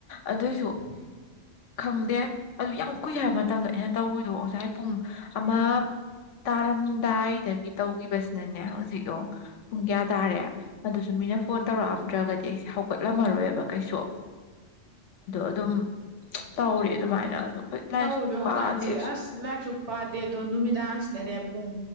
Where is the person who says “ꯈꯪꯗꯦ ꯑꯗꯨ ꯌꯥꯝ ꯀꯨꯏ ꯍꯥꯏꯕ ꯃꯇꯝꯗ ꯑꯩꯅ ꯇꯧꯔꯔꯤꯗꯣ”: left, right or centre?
Left